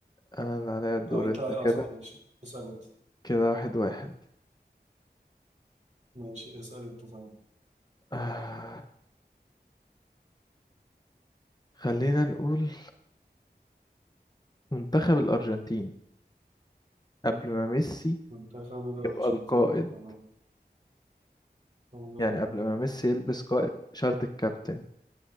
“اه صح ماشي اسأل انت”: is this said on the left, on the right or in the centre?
Right